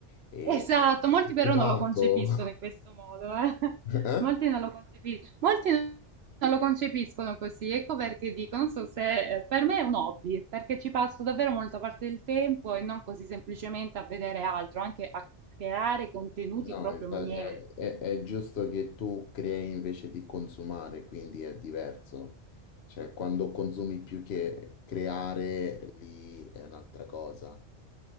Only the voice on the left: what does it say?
eh,
è tanto...
<laughs>
Eh?
No,
infa-
è, è- è giusto che tu crei invece di consumare, quindi è diverso. Cioè, quando consumi più che creare, lì è un'altra cosa.